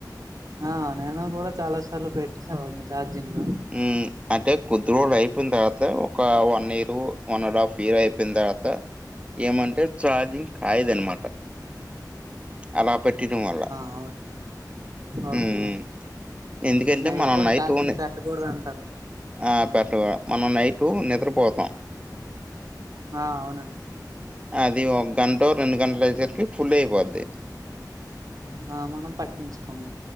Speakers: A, on the right; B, on the right.
A: ఆ నేను కూడ చాలా సార్లు పెట్టేసేవాడిని చార్జింగ్
B: ఉ అంటే కొద్ది రోజులు అయి పోయిన తర్వాత ఒక one year one and half year అయిపోయిన్ తర్వాత ఏమంటే ఛార్జింగ్ కాయదు అనమాట అలా పెట్టిన వల్ల
A: ఆ ఓకే
B: ఉమ్, ఎందుకంటే
A: అది నైట్
B: మనం
A: పోట్ ఛార్జింగ్
B: ఓన్
A: పెట్టకూడదు అంటారు
B: ఆ పెట్టకు మనం నైట్ నిద్రపోతాం
A: ఆ అవునండి
B: అది ఒక గంట రెండు గంటలు అయ్యేసరికి ఫుల్ అయిపోద్ది
A: ఆ మనం పట్టించుకోము